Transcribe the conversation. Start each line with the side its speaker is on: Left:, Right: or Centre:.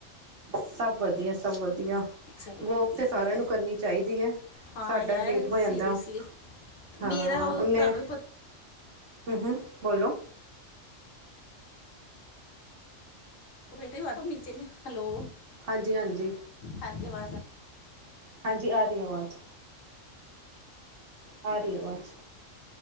Right: ਸਬ ਵਦੀਆ, ਸਬ ਵਦੀਆ।
Left: ਚਲੋ
Right: ਵੋਕ
Left: ਵਧੀਆ
Right: ਤੇ ਸਾਰਿਆਂ
Left: ਚਾਹੀਦਾ
Right: ਨੂੰ ਕਰਨੀ ਚਾਈਦੀ ਐ,
Left: ਹਾਂ
Right: ਸਾਡਾ
Left: ਯਾਰ
Right: ਲੇਟ ਹੋ
Left: ਸੀਰੀਅਸਲੀ
Right: ਜਾਂਦਾ। ਹਾਂ।
Left: ਮੇਰਾ ਉਹ
Right: ਮੈਂ। ਓਨੇ,
Left: ਤੁਹਾਨੂੰ ਵੀ ਪਤਾ
Right: ਬੋਲੋ
Left: ਬੇਟੇ ਹੱਥ ਨੀਚੇ ਨੇ, ਹੈਲੋ,
Right: ਹਾਂਜੀ-ਹਾਂਜੀ।
Left: ਹਾਂਜੀ। ਆਵਾਜ਼ ਆਈ।
Right: ਹਾਂਜੀ, ਆ ਰਈ ਆਵਾਜ਼। ਆ ਰਈ ਆ ਆਵਾਜ਼,